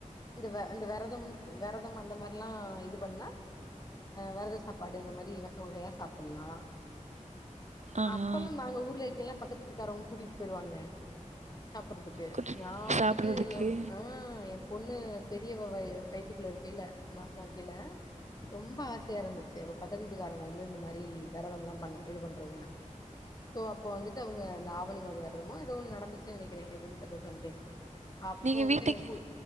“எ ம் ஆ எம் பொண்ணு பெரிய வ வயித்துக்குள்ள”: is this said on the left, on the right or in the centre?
Left